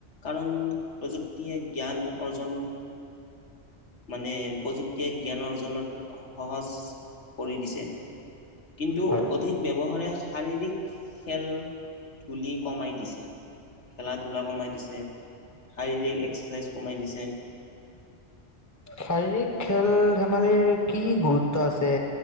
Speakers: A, on the left; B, on the left.
A: কাৰণ প্ৰযুক্তিয়ে জ্ঞান অৰ্জন মানে প্ৰযুক্তিয়ে জ্ঞান অৰ্জনত সহজ কৰি দিছে। কিন্তু
B: হয়,
A: অধিক ব্যৱহাৰে শাৰীৰিক খেল, ধূলি কমাই দিছে। খেলা-ধূলা কমাই দিছে, শাৰীৰিক এক্সাৰচাইজ কমাই দিছে।
B: শাৰীৰিক খেল-ধেমালিৰ কি গুৰুত্ব আছে